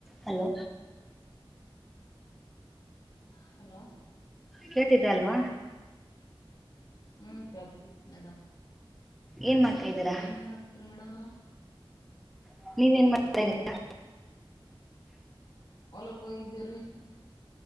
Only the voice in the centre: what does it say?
ಹಲೋ
ಕೇಳ್ತಿದ್ದೆ ಅಲ್ವಾ
ಏನ್ ಮಾಡ್ತಾ ಇದ್ದೀರಾ
<inaudible> ನೀವೇನ್ ಮಾಡ್ತಾ ಇದಿರಾ.